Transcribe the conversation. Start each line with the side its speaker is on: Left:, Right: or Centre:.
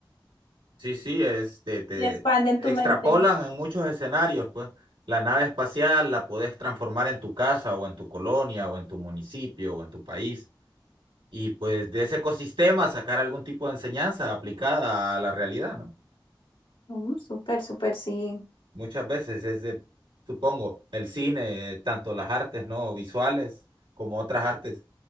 Right: Sí, sí, este, te
Left: y expanden
Right: extrapolan
Left: tu mente.
Right: en muchos escenarios, pues. La nave espacial la podés transformar en tu casa o en tu colonia o en tu municipio o en tu país. Y pues de ese ecosistema sacar algún tipo de enseñanza aplicada a la realidad, ¿no?
Left: Mm, súper, súper, sí,
Right: Muchas veces es de, supongo, el cine, tanto las artes no visuales como otras artes,